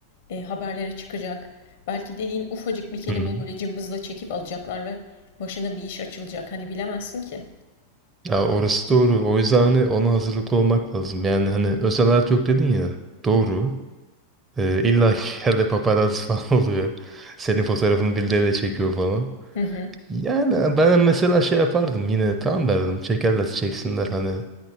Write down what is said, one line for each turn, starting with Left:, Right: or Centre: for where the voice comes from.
Left: e, haberlere çıkacak. Belki dediğin ufacık bir kelimeyi
Right: Hı hı.
Left: böyle cımbızla çekip alacaklar ve başına bir iş açılacak. Hani bilemezsin ki.
Right: Ya orası doğru. O yüzden hani ona hazırlıklı olmak lazım. Yani hani özel hayat yok dedin ya. Doğru. Ee, illa ki <laughs> yerde paparazzi falan oluyor. Senin fotoğrafını birileriyle çekiyor falan.
Left: Hı hı,
Right: Yani ben mesela şey yapardım yine tamam derdim. Çekerlerse çeksinler hani